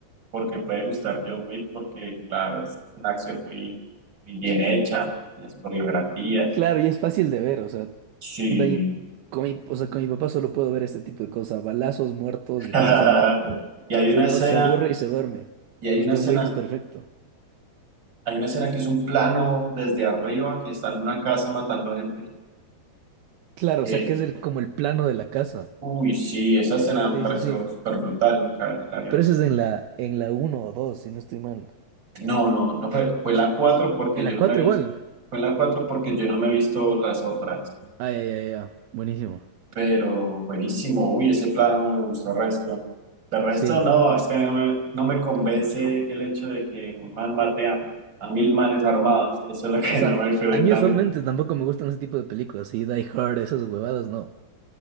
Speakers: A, on the right (about 25°); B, on the right (about 75°).
A: por qué puede gustar John Wick, porque claro, es una acción muy, muy bien hecha, las coreografías,
B: Claro, y es fácil de ver, o sea.
A: sí.
B: de- con mi, o sea, con mi papá solo puedo ver este tipo de cosas. Balazos, muertos
A: <laughs>
B: y cosas así.
A: Y hay
B: Si
A: una
B: no,
A: escena,
B: se aburre y se duerme.
A: y hay
B: Pues
A: una
B: John
A: escena,
B: Wick es perfecto.
A: hay una escena que es un plano desde arriba que está en una casa matando gente.
B: Claro,
A: Eh,
B: o sea, que es el- como el plano de la casa.
A: uy, sí, esa escena me
B: Sí,
A: pareció
B: sí, sí.
A: súper brutal, nunca la había
B: Pero
A: visto.
B: eso es en la, en la uno o 2 si no estoy mal.
A: No, no, no fue, fue la 4 porque
B: En
A: yo
B: la
A: no
B: 4
A: me he visto,
B: igual.
A: fue la 4 porque yo no me he visto las otras,
B: Ay, ay, ay, ay. Buenísimo.
A: pero buenísimo, uy, ese plano me gustó resto. De resto,
B: Sí.
A: no, es que a mí no me, no me convence el hecho de que un man mate a, a mil manes armados, eso es lo que
B: O sea,
A: no me conecta
B: a mí usualmente
A: a mí.
B: tampoco me gustan ese tipo de películas. Sí, Die Hard, esas huevadas, no.